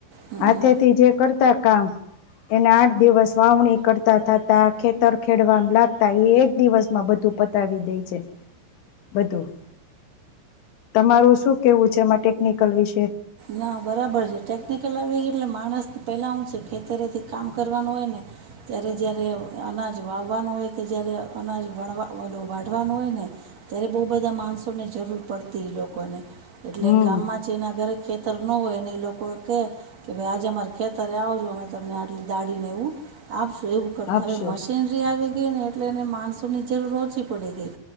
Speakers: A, on the right; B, on the left.
A: હમ
B: હાથેથી
A: હમ
B: જે કરતા કામ એના આઠ દિવસ વાવણી કરતા થાતા, ખેતર ખેડવા લાગતા, એ એક દિવસ માં બધું પતાવી દેય. બધું તમારું શું કે કેવું છે એમાં ટેકનિકલ વિશે?
A: ના બરાબર છે. ટેક્નિકલ આવે એટલે માણસ પહેલા હું છે ખેતરેથી કામ કરવાનું હોય ને ત્યારે જ્યારે અનાજ વાવવાનું હોય કે જયારે અનાજ વણ ઓલું વાઢવાનું હોય ને ત્યારે બહુ બધા માણસોની જરૂર પડતી લોકોને. એટલે
B: હમ
A: ગામમાં જે ના ઘરે ખેતર ન હોય એને ઈ લોકો એ કહે કે ભાઈ આજે અમારે ખેતરે આવજો અમે તમને આટલી દાળીને એવું આપશું. એવું કરતા
B: આપશો
A: મશીનરી આવી ને એટલે એને માણસોની જરૂર ઓછી પડે ગઈ,